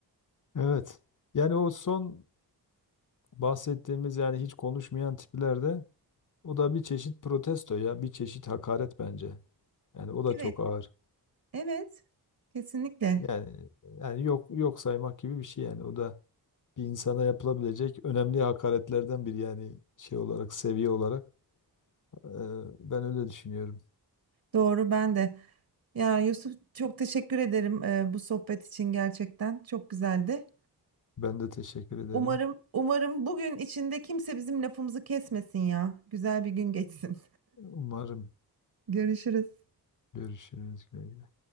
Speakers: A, on the left (about 50°); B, on the right (about 60°).
A: Evet. Yani o son bahsettiğimiz yani hiç konuşmayan tiplerde o da bir çeşit protesto ya bir çeşit hakaret bence. Yani o da
B: Evet,
A: çok ağır.
B: evet. Kesinlikle.
A: Yani yani yok yok saymak gibi bir şey yani o da bir insana yapılabilecek önemli hakaretlerden biri yani şey olarak seviye olarak Ee, ben öyle düşünüyorum.
B: Doğru ben de. Ya Yusuf çok teşekkür ederim e, bu sohbet için gerçekten. Çok güzeldi.
A: Ben de teşekkür ederim.
B: Umarım umarım bugün içinde kimse bizim lafımızı kesmesin ya. Güzel bir gün geçsin.
A: Umarım
B: <laughs> Görüşürüz.
A: görüşürüz. Güle güle.